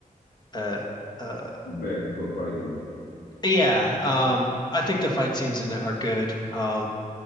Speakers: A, on the left (about 30°); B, on the left (about 90°).
A: uh uh
B: back and forth fighting.
A: yeah um I think the fight scenes in it are good um